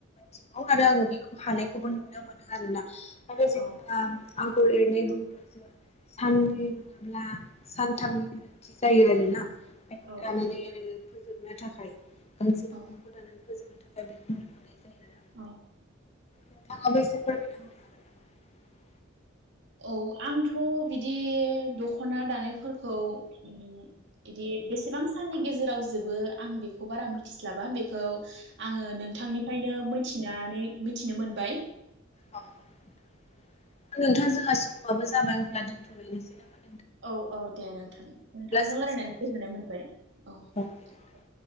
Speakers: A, on the left; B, on the right.
A: थिगौ आरो
B: औ
A: आङो बेखौ हानाय खौबो नुनो मोनो आरोना। आरो जेनेबा
B: औ
A: आगर एरनाय बुङोब्लासो साननै नङाब्ला सानथामनि गोनांथि जायो आरोना। बेखौ
B: औ
A: थानानै आरो फोजोबनो थाखाय गांसे दखांखौ
B: औ
A: लानानै फोजोबनो थाखाय बेखौनो मोननाय जायो आरो आं।
B: औ
A: नोंथांआबो एसे फोरमाइना होनो हागोन नामा?
B: औ आंथ' बिदि दखना दानायफोरखौ बिदि बेसेबां साननि गेजेराव जोबो आं बेखौ बारा मिथिस्लाबा बेखौ आङो नोंथांनिफ्रायनो मिथिनानै मिथिनो मोनबाय।
A: आं आं नोंथां जोंहा समबाबो जाबाय होनब्ला दोनथलायनोसै नामा‌?
B: औ-औ दे नोंथां नोंथांजों रायलायनानै
A: जोङो सावरायफिनगोन
B: गोजोननाय मोनबाय औ।
A: दे नोंथां।